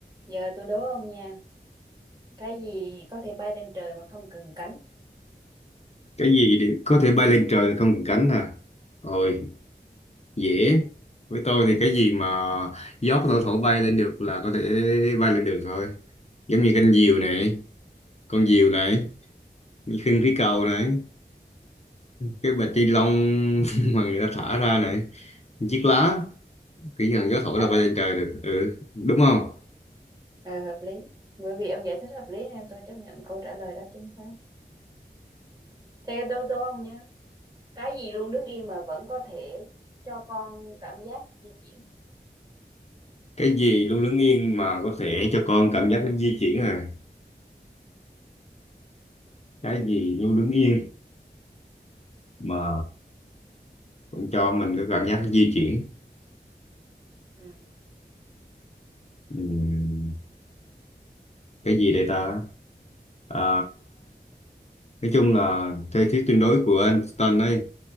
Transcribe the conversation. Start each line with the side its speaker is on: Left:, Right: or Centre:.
Right: Giờ tôi đố ông nha, cái gì có thể bay lên trời mà không cần cánh?
Left: cái gì đều có thể bay lên trời không cần cánh à rồi dễ với tôi thì cái gì mà gió có thể thổi bay lên được là có thể bay lên được thôi giống như canh diều này con diều này khinh khí cầu này cái bịch ni lông <laughs> mà người ta thả ra này chiếc lá chỉ cần gió thổi
Right: Ờ,
Left: là bay lên trời được ừ đúng không
Right: ờ hợp lý. Bởi vì ông giải thích hợp lý nên tôi chấp nhận câu trả lời đó chính xác. Thế đố đố ông nha, cái gì luôn đứng yên mà vẫn có thể cho con cảm giác di chuyển?
Left: cái gì luôn đứng yên mà có thể cho con cảm giác nó di chuyển à cái gì luôn đứng yên mà cũng cho mình cái cảm giác nó di chuyển
Right: Ừ,
Left: ừ cái gì đây ta à, nói chung là theo thuyết tương đối của Einstein ấy